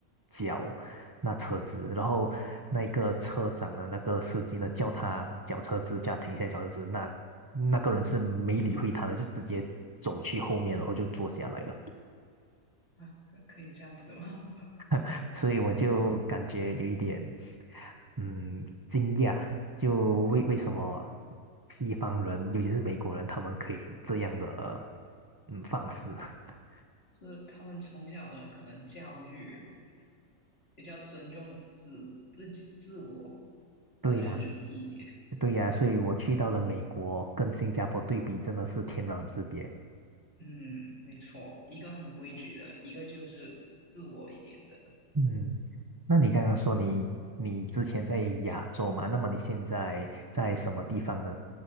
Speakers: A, on the right; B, on the left.
A: 脚那车子，然后那个车长的那个司机呢叫他脚车资，叫他停下来缴车子，那那个人是没理会他的，就直接走去后面，然后就坐下来了，
B: 啊，可可以这样子的吗？
A: <laughs> 所以我就感觉有一点
B: <laughs>
A: 嗯惊讶，就为为什么西方人，尤其是美国人，他们可以这样的嗯放肆。<laughs>
B: 就是他们从小的可能教育比较尊重自自己、自我、
A: 对呀，
B: 个人主义一点。
A: 对呀，所以我去到了美国，跟新加坡对比真的是天壤之别。
B: 嗯，没错，一个很规矩的，一个就是自我一点的。
A: 嗯，那你刚刚说你你之前在亚洲嘛，那么你现在在什么地方呢？